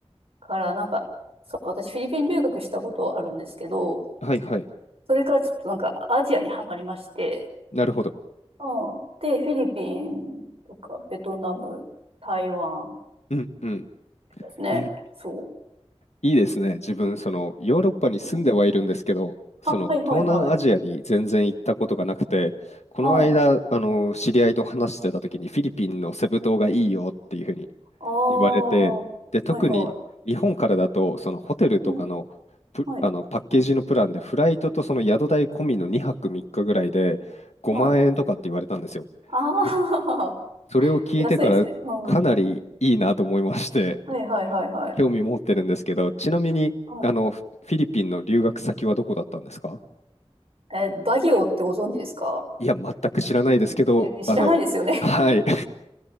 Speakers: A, on the right; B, on the left.
A: からなんか、そう、私フィリピン留学したことあるんですけど、
B: はい、はい。
A: それからちょっとなんかアジアにはまりまして、
B: なるほど。
A: うん、で、フィリピンとかベトナム、台湾
B: うん、うん。
A: とかですね。
B: え、
A: そ
B: いいですね。自分、その、ヨーロッパに住んではいるんですけど、
A: う。うん、
B: その、
A: あ、はいはいはい。
B: 東南アジアに全然行ったことがなくて、この間、
A: はい。
B: あの、知り合いと話してた時に、フィリピンのセブ島がいいよっていうふうに
A: ああ、
B: 言われて、
A: は
B: で、特に日本からだと、
A: いは
B: そのホテルとかの、
A: い。うん、
B: プあのパッケージのプランで、
A: はい、
B: フライトとその宿代込みの2泊3日ぐらいで5万円とかって言われたんですよ。
A: はい。ああ、
B: それそれを聞いてからかなりいいなと思いまして、
A: <laughs> 安いですね。うん。はいはいはいはい。
B: 興味持ってるんですけど、ちなみにあのフィリピンの留学先はどこだったんですか
A: うん、え、バギオってご存知ですか
B: いや、全く知らないですけど、
A: うん知らないですよね。
B: あの、はい、